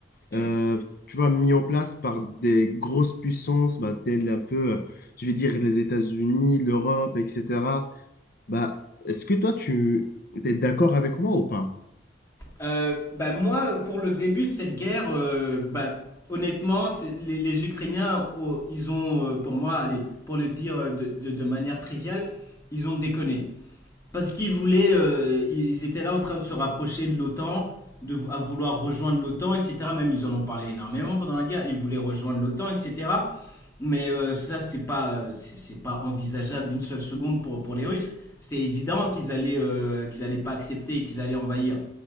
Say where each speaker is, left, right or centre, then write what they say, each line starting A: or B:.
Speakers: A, on the left; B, on the left.
A: Oui.
B: euh, tu vois, mis en place par des grosses puissances, bah, telles un peu, euh, je vais dire, les États-Unis, l'Europe, etc. Bah, est-ce que toi, tu es d'accord avec moi ou pas?
A: Euh, bah, moi, pour le début de cette guerre, euh, bah, honnêtement, c'est- les, les Ukrainiens, oh, ils ont, euh, pour moi, allez, pour le dire euh, de, de- de manière triviale, ils ont déconné. Parce qu'ils voulaient, euh, ils étaient là en train de se rapprocher de l'OTAN, de à vouloir rejoindre l'OTAN, etc. Même ils en ont parlé énormément pendant la guerre. Ils voulaient rejoindre l'OTAN, etc. Mais euh, ça, c'est pas, euh, c'est c'est pas envisageable une seule seconde pour, pour les Russes. C'était évident qu'ils allaient, euh, qu'ils allaient pas accepter et qu'ils allaient envahir.